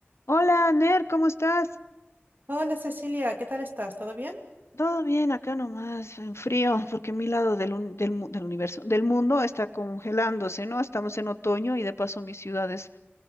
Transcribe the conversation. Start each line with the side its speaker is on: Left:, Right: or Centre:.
Left: Hola, Ner, ¿cómo estás?
Right: Hola Cecilia, ¿qué tal estás? ¿Todo bien?
Left: Todo bien, acá nomás, en frío, porque mi lado del, un- del, mu- del universo, del mundo está congelándose, ¿no? Estamos en otoño y de paso mi ciudad es